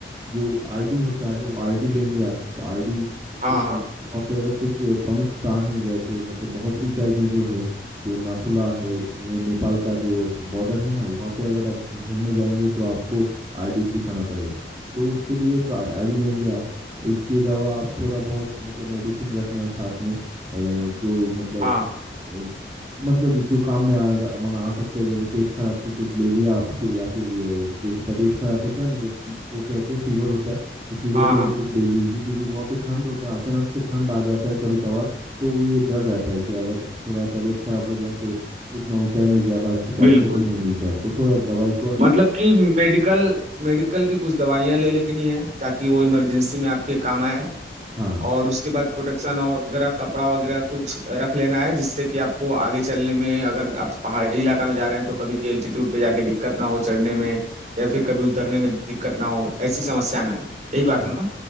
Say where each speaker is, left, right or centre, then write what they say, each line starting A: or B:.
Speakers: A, on the right; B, on the right.
A: जो आईडी होता है वो आईडी लेंगे आप तो आईडी
B: हाँ
A: वो
B: हाँ
A: वहाँ पे अगर कुछ प्रमुख स्थान है जैसे मतलब बहुत ऊंचाई में जो है जो नाथुला है यू नो, नेपाल का जो बॉर्डर है ना वहाँ पे अगर आप घूमने जाएंगे तो आपको आईडी दिखाना पड़ेगा तो उसके लिए तो आईडी लेंगे आप और इसके अलावा आप थोड़ा बहुत मतलब मेडिसिन रखना साथ में अ, जो मतलब
B: हाँ
A: अ, मतलब जो काम में आएगा अमन आ सकता है जैसे पेट खराब के कुछ ले लिया आप तो या फिर अ, जो तबीयत खराब होता है ना जबकि वो कहते हैं फीवर होता है तो फीवर
B: हाँ
A: का
B: हाँ हाँ,
A: भी कुछ ले लीजिए क्योंकि वहाँ पे ठंड होता है अचानक से ठंड आ जाता है कभी कभार तो ये डर रहता है कि अगर थोड़ा तबीयत खराब हो जाए तो उतना ऊंचाई में ज्यादा अच्छा
B: बिल्कुल
A: डॉक्टर भी नहीं मिलते आपको थोड़ा दवाई को
B: मतलब कि मेडिकल मेडिकल की कुछ दवाइयाँ ले लेनी है ताकि वो इमरजेंसी में आपके काम आए
A: हाँ
B: और उसके बाद प्रोटेक्शन वगैरह कपड़ा वगैरह कुछ रख लेना है जिससे कि आपको आगे चलने में अगर आप पहाड़ी इलाका में जा रहे हैं तो कभी एल्टीट्यूड पे जाके दिक्कत ना हो चढ़ने में या फिर कभी उतरने में दिक्कत ना हो ऐसी समस्या ना आए यही बात
A: हाँ
B: ना